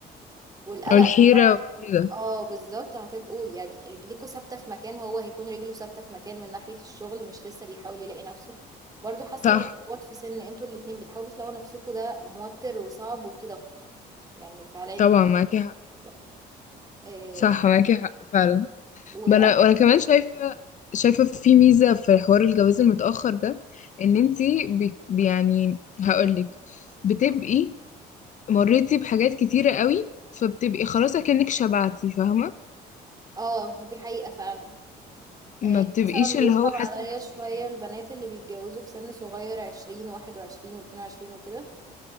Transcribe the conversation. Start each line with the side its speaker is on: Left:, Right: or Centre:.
Right: والقلق
Left: والحيره وكده
Right: اه بالظبط هتبقوا يعني رجليكوا ثابتة في مكان هو هيكون رجله ثابتة في مكان من ناحية الشغل مش لسه بيحاول يلاقي نفسه برضو حاسة
Left: صح
Right: الارتباط في سن انتوا الاتنين بتحاولوا تلاقوا نفسكوا ده موتر وصعب وفي ضغط يعني فعليا
Left: طبعا معاكي حق
Right: في ضغط آه،
Left: صح معاكي حق فعلا
Right: وانا
Left: ما انا وانا كمان شايفه شايفه في ميزه في حوار الجواز المتاخر ده ان انتي بي بي- يعني هقولك بتبقي مريتي بحاجات كتيره قوي فبتبقي خلاص اكنك شبعتي فاهمه
Right: اه دي حقيقة فعلا
Left: ما
Right: إيه
Left: بتبقيش
Right: مثلا
Left: اللي
Right: بيصعب
Left: هو حاسه
Right: عليا
Left: ان ناقصك
Right: شوية
Left: حاجه
Right: البنات اللي بيتجوزوا في سن صغير عشرين واحد وعشرين واتنين وعشرين وكده